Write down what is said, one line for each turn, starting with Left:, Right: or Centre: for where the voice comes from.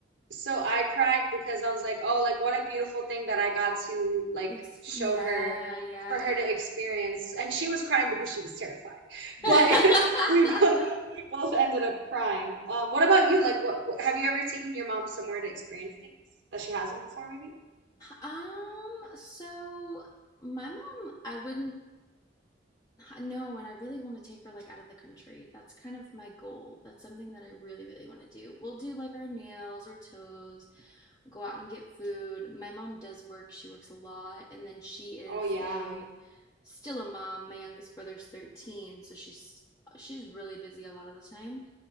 Right: so I cried because I was like, "Oh, like what a beautiful thing that I got to like
Left: Ex-
Right: show
Left: yeah,
Right: her
Left: yeah,
Right: for her
Left: yeah.
Right: to experience." And she was crying because she was terrified.
Left: <laughs>
Right: But <laughs> we both we both ended up crying. Um, what about you? Like what, what have you ever taken your mom somewhere to experience things that she hasn't before maybe?
Left: um, so my mom, I wouldn't No, and I really want to take her like out of the country. That's kind of my goal. That's something that I really, really want to do. We'll do like our nails or toes, go out and get food. My mom does work, she works a lot, and then she is
Right: Oh yeah.
Left: a still a mom. My youngest brother's 13, so she's she's really busy a lot of the time.